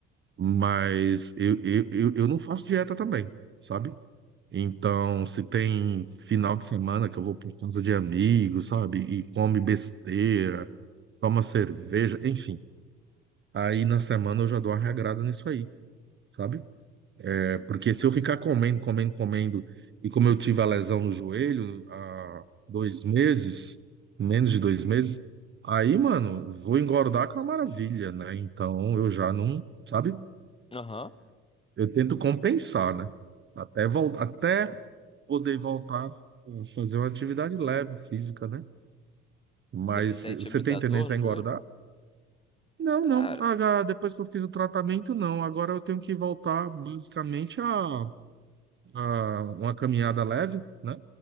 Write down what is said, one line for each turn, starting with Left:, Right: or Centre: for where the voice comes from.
Right: Mas eu, eu, eu, eu não faço dieta também, sabe? Então, se tem final de semana que eu vou pra casa de amigos, sabe? E come besteira, toma cerveja, enfim. Aí na semana eu já dou uma regrada nisso aí. sabe? É porque se eu ficar comendo, comendo, comendo, e como eu tive a lesão no joelho há dois meses, menos de dois meses, aí, mano, vou engordar com a maravilha, né? Então eu já não, sabe?
Left: aham.
Right: Eu tento compensar, né? Até, vol- até poder voltar a fazer uma atividade leve, física, né? Mas
Left: Você sente
Right: eh, você
Left: muita
Right: tem tendência
Left: dor no
Right: a
Left: joelho?
Right: engordar? Não,
Left: Cara.
Right: não. Ah, depois que eu fiz o tratamento, não. Agora eu tenho que voltar basicamente a, a uma caminhada leve. né?